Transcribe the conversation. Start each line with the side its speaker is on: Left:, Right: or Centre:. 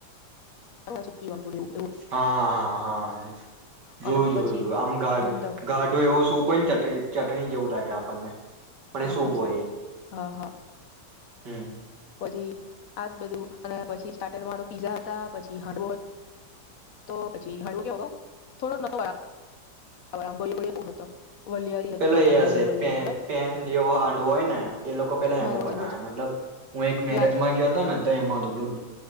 Left: ખવા પીવાનું જોેું <unintelligible>
Right: હા હા. હા હા
Left: અને
Right: જોયું
Left: પછી
Right: જોયું જોયું આમ ગા
Left: મંચાઉ
Right: ગાઢો એવું શું કોઈ ચટ ચટણી જેવું લાગે આપણને. પણ
Left: હા
Right: એ સૂપ
Left: બસું
Right: હોય એ.
Left: હા હા.
Right: હમ.
Left: પછી આજ બધું અને પછી સ્ટાર્ટરમાં તો પીઝા હતા પછી હાંડવો તો પ હાંડવો કેવ ક થોડો ન <unintelligible> બ આમ બોલી ગળ બહુ હતો. વલિયારી
Right: પેલો
Left: હતી હાંડવો
Right: એ
Left: આમ
Right: હશે
Left: ગોજર વલિયારી હોય
Right: પેન જેવો હડો હોય ને એ લોકો પેલા
Left: હા
Right: એમાં
Left: એવો
Right: બનાવ્યા
Left: જ એવો જ
Right: મતલબ, હું એક મેરેજમાં
Left: લાઈવ
Right: ગયો હતો ને તો એમાં લોન